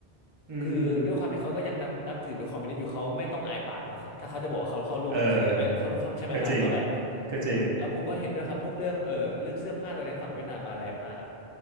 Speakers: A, on the right; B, on the left.
A: อืม
B: คือด้วยความที่เขาก็ยังนับนับถือเป็นคอมมิวนิสต์อยู่เขาไม่ต้องอายปากนะถ้าเขาจะบอกว่าเขาเข้าร่วมกับจีนนะเอ้ยเขาเขาใช่ไหมครับเขาแบบ
A: เออก็จริงก็จริง
B: เออแล้วผมก็เห็นด้วยครับพวกเรื่องเออเรื่องเสื้อผ้าตอนนี้ฝั่งเวียดนามมาแรงมากอะ